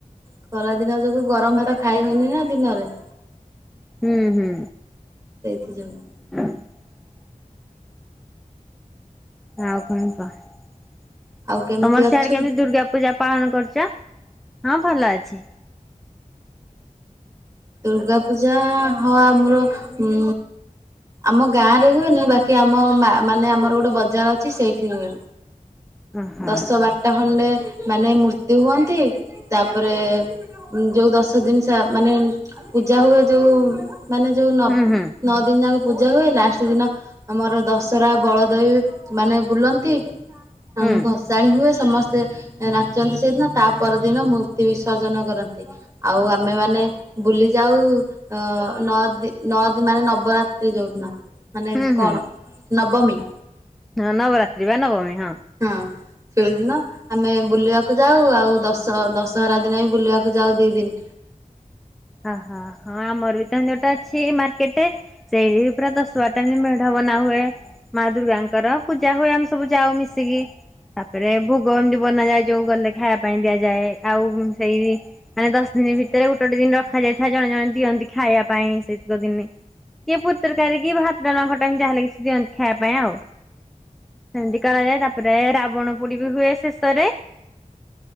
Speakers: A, on the right (about 25°); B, in the centre.
A: ଖରାଦିନ ଯୋଗୁ ଗରମ ହୋର ଖାଇ ହଉନି ନା ଦିନରେ।
B: ହୁଁ ହୁଁ।
A: ସେଇଥି ଯଉଁ।
B: <inaudible> ଆଉ କଣ କ ତମର
A: ଆଉ କେମିତି ଅଛୁ?
B: ସିଆଡେ କେମିତି ଦୁର୍ଗା ପୂଜା ପାଳନ କରୁଛ ହଁ ଭଲ ଅଛି।
A: ଦୁର୍ଗା ପୂଜା ହଁ ଆମର ଉ ଆମ ଗାଁ ରେ ହୁଏନି ବାକି ଆମ ମାନେ ଆମର ଗୋଟେ ବଜାର ଅଛି ସେଇଠି ହୁଏ।
B: ଓହୋ
A: ଦଶ ବାରଟା ଖଣ୍ଡେ ମାନେ ମୂର୍ତ୍ତିୁ ହୁଅନ୍ତି ତାପରେ। ଯୋଉ ଦଶ ଦିନ ମାନେ ପୂଜା ହୁଏ ଯୋଉ ମାନେ ଯୋଉ ନ
B: ହୁଁ ହୁଁ
A: ନଅ ଦିନ ଯାକ ପୂଜା ହୁଏ ଲାଷ୍ଟ ଦିନ ଆମର ଦଶହରା ବଳଦବି ମାନେ ବୁଲନ୍ତି। ଉମ
B: ହୁଁ
A: ଭସାଣି ହୁଏ ସମସ୍ତେ ନାଚନ୍ତି ସେଇଦିନ ତା ପରଦିନ ମୂର୍ତ୍ତି ବିସର୍ଜନ କରନ୍ତି। ଆଉ ଆମେ ମାନେ ବୁଲି ଯାଉ। ଅ ନଅ ଦ ଦି ନଅ ଦ ମାନେ ନବରାତ୍ରି ଯୋଉଦିିନ। ମାନେ
B: ହୁଁ
A: କଣ
B: ହୁଁ
A: ନବମୀ।
B: ହଁ ନବରାତ୍ରି ବା ନବମୀ ହଁ।
A: ହଁ। ସେଳି ଦିନ ଆମେ ବୁଲିବାକୁ ଯାଉ ଆଉ ଦଶ ଦଶହରା ଦିନ ହିଁ ବୁଲିବାକୁ ଯାଉ ଦି ଦିନ।
B: ଓହୋ ହଁ ଆମର ବି ତ ହିନ୍ଦି ଗୋଟୋ ଅଛି ମାର୍କେଟେ। ସେଇଠି ପୁରା ଦଶ ବାରଟା ମେଢବନା ହୁଏ। ମା ଦୁର୍ଗାଙ୍କର ପୂଜା ହୁଏ ଆମେ ସବୁ ଯାଉ ମିଶିକି। ତାପରେ ଭୋଗ ଏମିତି ବନାଯାଏ ଯୋଉ ଗଲେ ଖାଇବା ପାଇଁ ଦିଆଯାଏ ଆଉ ସେଇ। ମାନେ ଦଶ ଦିନ ଭିତରେ ଗୋଟେ ଗୋଟେ ଦିନ ରଖାଯାଇଥାଏ ଜଣେ ଜଣେ ଦିଅନ୍ତି ଖାଇବା ପାଇଁ ସେତିକ ଦିନି। କିଏ ପୁରୀ ତରକାରୀ କି ଭାତଖଟା ଯାହା ହେଲେ କିଛି ଦିଅନ୍ତି ଖାଇବା ପାଇଁ ଆଉ। ସେମତି କରାଯାଏ ତାପରେ ରାବଣ ପୁଡି ବି ହୁଏ ଶେଷରେ